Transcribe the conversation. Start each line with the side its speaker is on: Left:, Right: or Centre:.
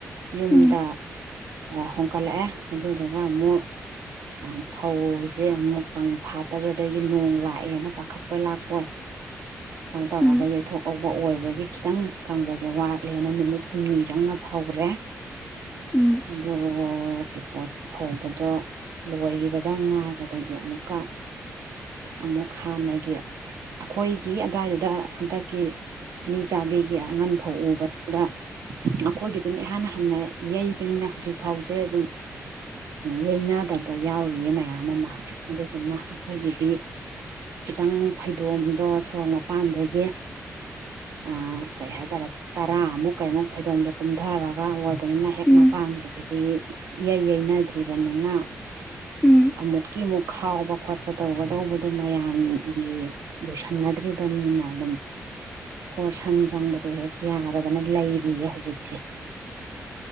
Right: ꯌꯨꯝꯗ
Centre: ꯎꯝ
Right: ꯍꯣꯡꯒꯠꯂꯛꯑꯦ ꯑꯗꯨꯗꯨꯒ ꯑꯃꯨꯛ ꯑꯥ ꯐꯧꯁꯦ ꯑꯃꯨꯛ ꯀꯪ ꯐꯥꯠꯇꯕꯗꯒꯤ ꯅꯣꯡ ꯂꯥꯛꯑꯦꯅ ꯄꯥꯈꯠꯄꯣꯢ ꯂꯥꯛꯄꯣꯏ <inaudible> ꯑꯗꯨ ꯇꯧꯔꯒ
Centre: ꯎꯝ
Right: ꯌꯩꯊꯣꯛꯑꯧꯕ ꯑꯣꯏꯕꯒꯤ ꯈꯤꯇꯪ ꯀꯪꯕꯁꯦ ꯋꯥꯠꯂꯦꯅ ꯅꯨꯃꯤꯠ ꯍꯨꯝꯅꯤ ꯆꯪꯅ ꯐꯧꯔꯦ
Centre: ꯎꯝ
Right: ꯑꯗꯣꯒꯤ ꯄꯣꯠ ꯐꯧꯕꯗꯣ ꯂꯣꯏꯒꯤꯕꯗ ꯉꯥꯏꯕꯗꯒꯤ ꯑꯃꯨꯛꯀ ꯑꯃꯨꯛ ꯍꯥꯟꯅꯒꯤ ꯑꯩꯈꯣꯏꯒꯤ ꯑꯗꯨꯋꯥꯏꯗꯨꯗ ꯍꯟꯗꯛꯀꯤ ꯑꯅꯤ ꯆꯥꯕꯤꯒꯤ ꯑꯉꯟ ꯐꯥꯎ ꯎꯕꯗꯨꯗ ꯑꯈꯣꯏꯒꯤ ꯑꯗꯨꯅꯤ ꯏꯍꯥꯟ ꯍꯥꯟꯅ ꯌꯩꯕꯅꯤꯅ ꯍꯧꯖꯤꯛ ꯐꯥꯎꯁꯦ ꯑꯗꯨꯝ ꯌꯩꯅ ꯐꯠꯇꯕ ꯌꯥꯎꯔꯤꯌꯦ ꯃꯌꯥꯝ ꯑꯃ ꯑꯗꯨꯗꯨꯅ ꯑꯩꯒꯤꯗꯤ ꯈꯤꯇꯪ ꯐꯩꯗꯣꯝꯗꯣ ꯁꯣꯔꯣꯛ ꯃꯄꯥꯟꯗꯒꯤ ꯑ ꯀꯩ ꯍꯥꯏ ꯇꯥꯔꯦ ꯇꯔꯥꯃꯨꯛ ꯀꯩꯃꯨꯛ ꯐꯩꯗꯣꯝꯗꯣ ꯀꯨꯝꯊꯔꯒ ꯑꯣꯏꯕꯅꯤꯅ ꯍꯦꯛ
Centre: ꯎꯝ
Right: ꯃꯄꯥꯟꯒꯤꯗꯨꯗꯤ ꯏꯌꯩ ꯌꯩꯅꯗ꯭ꯔꯤꯕꯅꯤꯅ
Centre: ꯎꯝ
Right: ꯑꯃꯨꯛꯀꯤ ꯑꯃꯨꯛ ꯈꯥꯎꯕ ꯈꯣꯠꯄ ꯇꯧꯒꯗꯧꯕꯗꯣ ꯃꯌꯥꯝꯒꯤ ꯂꯣꯏꯁꯟꯅꯗ꯭ꯔꯤꯕꯅꯤꯅ ꯑꯗꯨꯝ ꯐꯣꯔ ꯁꯟ ꯆꯪꯕꯗꯣ ꯍꯦꯛ ꯌꯥꯗꯗꯅ ꯂꯩꯔꯤꯌꯦ ꯍꯧꯖꯤꯛꯁꯦ